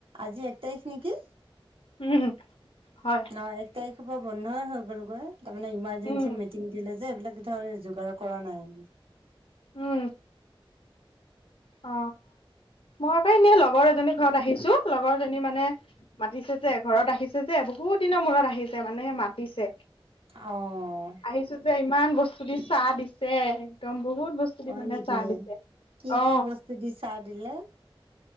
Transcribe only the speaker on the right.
আজি এক তাৰিখ নেকি?
অ', এক তাৰিখৰ পৰা বন্ধই হৈ গলগৈ, তাৰমানে ইমাৰ্জেঞ্চি
মিটিং দিলে যে, এইবিলাক ধৰ যোগাৰ কৰা নাই।
<inaudible>
অ'।
হয়
নেকি?
কি
কি বস্তু দি চাহ দিলে?